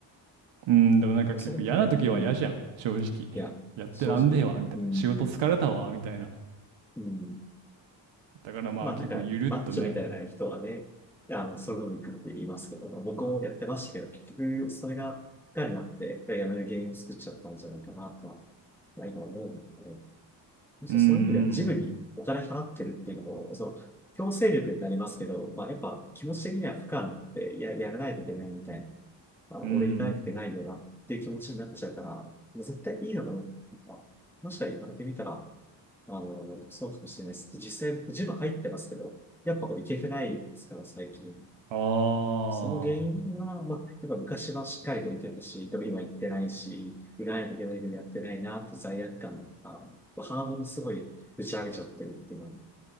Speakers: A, on the right; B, in the centre.
A: うん、でもなんか結構嫌な時は嫌じゃん、
B: それで、うん、
A: 正直。
B: いや、
A: やってらんねえわ、
B: 正直、
A: みたいな。
B: うん、
A: 仕事疲れたわ、みたいな。
B: うん、
A: だからまあ結構ゆるっとね。
B: まあなんか、マッチョみたいな人はね、あの、それでも行くって言いますけど、まあ僕もやってましたけど、結局、それが、負荷になって、やめる原因を作っちゃったんじゃないかなとは、まあ今思うので、むしろそういう意味ではジムにお金払ってるっていうのも、
A: うんうん。
B: その、強制力になりますけど、まあ、やっぱ気持ち的には負荷になってや、やらないといけないみたいな、まあ、
A: うん。
B: 俺行かなくてないよなっていう気持ちになっちゃうから、まあ絶対いいのかな。まあ、もしか言われてみたら、あの、そうかもしれないです。実際僕ジム入ってますけど、やっぱこれ行けてないですから、最近。
A: ああ。
B: その原因は、まあ、やっぱ昔はしっかりと行けたし、でも今行ってないし、行かないといけないけどやってないな、と罪悪感とか、ハードルすごい打ち上げちゃってるっていうのは